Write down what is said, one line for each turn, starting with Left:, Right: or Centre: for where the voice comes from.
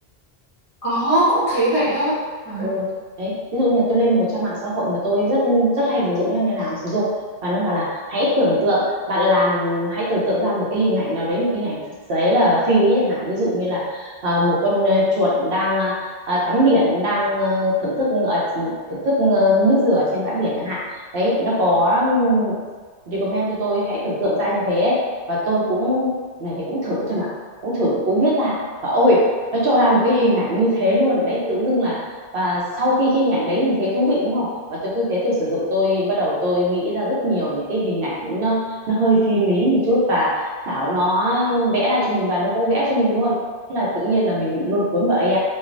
Left: có cũng thấy vậy đó à,
Right: Ừ. Đấy, ví dụ như là tôi lên một trang mạng xã hội mà tôi rất rất hay sử dụng nha, ngày nào cũng sử dụng và nó bảo là hãy tưởng tượng bạn làm hãy tưởng tượng ra một cái hình ảnh nào đấy một cái hình ảnh thực tế là phi lý chẳng hạn ví dụ như là ờ, một con ờ, chuột đang ờ, ờ, tắm biển đang ờ, thưởng thức ở thưởng thức ờ, nước dừa trên bãi biển chẳng hạn đấy nó có ừm, recommend cho tôi hãy tưởng tượng ra như thế ấy. và tôi cũng ngày đấy cũng thử thôi mà cũng thử cũng viết ra và ôi nó cho ra một cái hình ảnh như thế luôn đấy tự dưng là và sau khi cái hình ảnh đấy mình thấy thú vị đúng không và tôi cứ thế tôi sử dụng tôi bắt đầu tôi nghĩ ra rất nhiều những cái hình ảnh nó nó hơi phi lý một chút và bảo nó vẽ ra cho mình và nó cũng vẽ cho mình luôn thế là tự nhiên là mình bị lôi cuốn vào AI